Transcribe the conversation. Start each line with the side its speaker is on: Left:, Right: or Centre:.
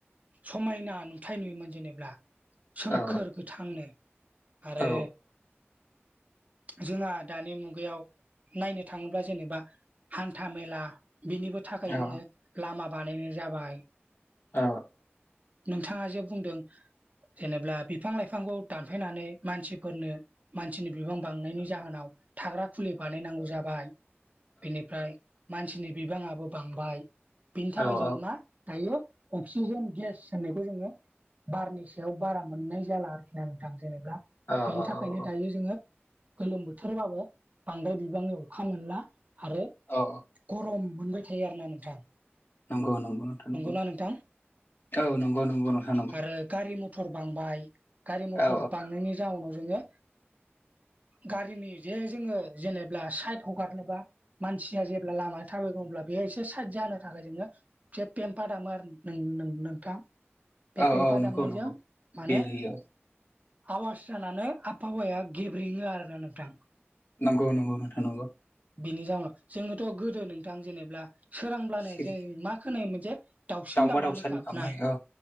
Right: समायना नुथाय नुयोमोन जेनेब्ला सोमखोर
Left: औ
Right: गोथांनो आरो
Left: औ
Right: जोंहा दानि मुगायाव नायनो थाङोब्ला जेनेबा हान्था मेला बेनिबो थाखाय जोङो
Left: औ
Right: लामा बानायनाय जाबाय
Left: औ
Right: नोंथाङा जे बुंदों जेनेब्ला बिफां लाइफांखौ दानफायनानै मानसिफोरनो मानसिनि बिबां बांनायनि जाहोनाव थाग्रा खुलि बानायनांगौ जाबाय बेनिफ्राय मानसिनि बिबाङाबो बांबाय बिनि
Left: औ
Right: थाखाय जोङो मा दायो अक्सिजेन गेस होननायखौ जोङो बारनि सायाव बारा मोननाय जाला आरोखि ना नोंथां जेनेबा
Left: औ अ औ
Right: बेनि थाखायनो
Left: औ
Right: दायो जोङो गोलोम बोथोरबाबो बांद्राय बिबांनि अखा मोनला आरो
Left: औ
Right: गरम मोनबाय थायो आरो ना नोंथां
Left: नंगौ नंगौ नंगौ नोंथांं नंगौ
Right: नंगौना नोंथां
Left: औ नंगौ नंगौ नोंथां नंगौ
Right: आरो गारि मथर बांबाय गारि मथर
Left: औ
Right: बांनायनि जाउनाव जोङो गारिनि जे जोङो जेनेबा साइद हगारनोबा मानसिया जेब्ला लामाया थाबायग्लाङो अब्ला बेयो एसे साइद जानो थाखाय जोङो जे पेम्पा दामो आरो नों नों नोंथां बे
Left: औ
Right: पम्फा
Left: औ नंगौ
Right: दामनायजों
Left: नंगौ
Right: माने
Left: बेल होयो
Right: आवास जानानै आबहावाया गेब्रेङो आरोना नोंथां
Left: नंगौ नंगौ नंगौ नोंथां नंगौ
Right: बिनि जाउनाव जोङोथ' गोदो नोंथां जेनेब्ला सोरांब्लानो
Left: सिरि
Right: जों मा खोनायो मोनसे दाउसिन
Left: दाउमा
Right: दाउलानि
Left: दाउसानि
Right: गाबनाय
Left: औ